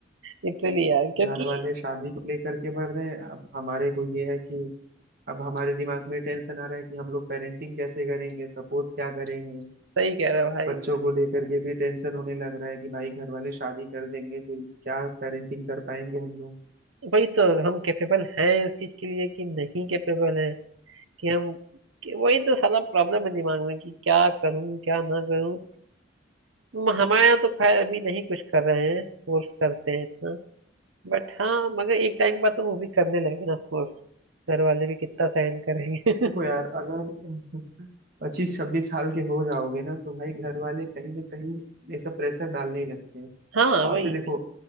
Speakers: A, on the right; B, on the right.
A: लिटरली यार क्योंकि
B: घर वाले शादी को लेकर के बढ़ रहे हैं अब हमारे को ये है कि अब हमारे दिमाग में टेंशन आ रहा है कि हम लोग पेरेंटिंग कैसे करेंगे सपोर्ट क्या करेंगे
A: सही कह रहे हो भाई
B: बच्चों को लेकर के भी टेंशन होने लग रहा है कि भाई घर वाले शादी कर देंगे फिर क्या पेरेंटिंग कर पाएंगे हम लोग
A: वही तो हम कैपेबल हैं उस चीज के लिए कि नहीं कैपेबल हैं कि हम कि वही तो साला प्रॉब्लम है दिमाग में कि क्या करूं क्या ना करूं हम- हमारे यहाँ तो खैर अभी नहीं कुछ कर रहे हैं फोर्स करते हैं इतना बट हाँ मगर एक टाइम के बाद तो वो भी करने लगेंगे ना ऑफकोर्स घर वाले भी कितना सहन करेंगे
B: देखो यार अगर पच्चीस छब्बीस साल के हो जाओगे ना तो भाई घर वाले कहीं ना कहीं ये सब प्रेशर डालने ही लगते हैं
A: <laughs> हाँ
B: और
A: वही
B: फिर देखो